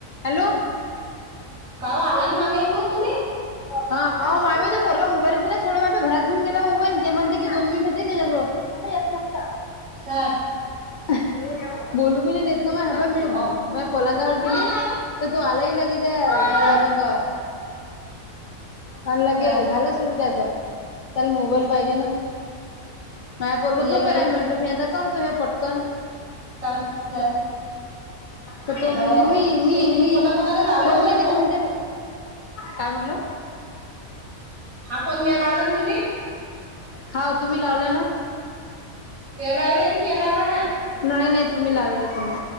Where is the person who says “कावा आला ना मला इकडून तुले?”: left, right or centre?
Right